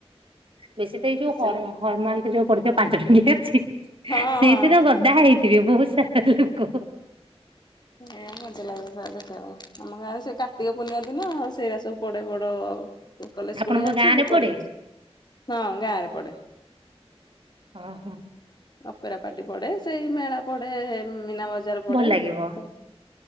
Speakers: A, on the right; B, on the left.
A: ବେଶୀ ତ ଏଇ ଯୋଉ
B: ଖୁସି
A: ହର
B: ଲାଗେ
A: ହରମାଲକ ଯୋଉ। ପଡିଥିବ ପାଞ୍ଚ <unintelligible> ଅଛି
B: ହଁ
A: ସେଇଥିରେ
B: ହଁ।
A: ଗଦା ହେଇଥିବେ ବହୁତ ସାରା ଲୋକ।
B: ହେୟା ମଜା ଲାଗୁ <unintelligible> ଦେଖିବା ପାଇଁ ଆମ ଗାଁରେ ସେ କାର୍ତ୍ତିକ ପୂର୍ଣ୍ଣିମା ଦିନ ଆଉ ସେଇରା ସବୁ ପଡେ ବଡ। କଲେଜ
A: ଆପଣଙ୍କ
B: ପଡିଆ ଅଛି
A: ଗାଁ
B: ସେ
A: ରେ ପଡେ?
B: ପଡିଆ ହଁ ଗାଁରେ ପଡେ।
A: ଓ ହ।
B: ଅପେରାପାଟି ପଡେ ସେଇ ମେଳା ପଡେ ମୀନା ବଜାର ପଡେ।
A: ଭଲ ଲାଗିବ।
B: ହଁ